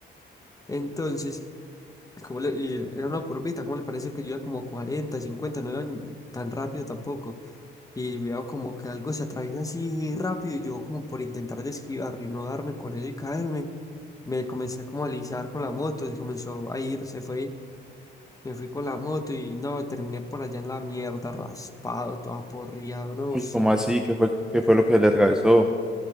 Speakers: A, on the left (about 15°); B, in the centre.
A: Entonces ¿Cómo le- y era una curvita, ¿cómo le parece que yo iba como 40 cincuenta No iba ni tan rápido tampoco. Y veo como que algo se atraviesa así rápido y yo como por intentar de esquivarlo y no darme con él y caerme, me comencé a como a alisar con la moto, se comenzó a ir, se fue, me fui con la moto y no, terminé por allá en la mierda, raspado, todo aporreado, no
B: Uy,
A: sé.
B: ¿cómo así? ¿Qué fue, qué fue lo que le atravesó?